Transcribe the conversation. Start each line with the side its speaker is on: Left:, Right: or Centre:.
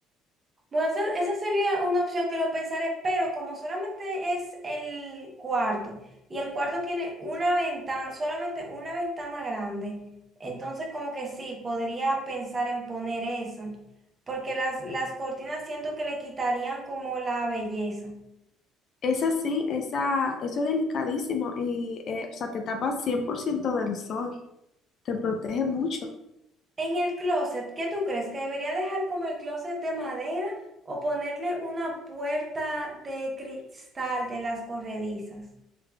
Right: Bueno, esa, esa sería una opción que lo pensaré, pero como solamente es el cuarto y el cuarto tiene una ventana, solamente una ventana grande, entonces como que sí, podría pensar en poner esa, porque las, las cortinas siento que le quitarían como la belleza.
Left: Es así, esa, eso es delicadísimo y, eh, o sea, te tapa 100% del sol, te protege mucho.
Right: En el closet, ¿qué tú crees? ¿Que debería dejar como el closet de madera o ponerle una puerta de cristal de las corredizas?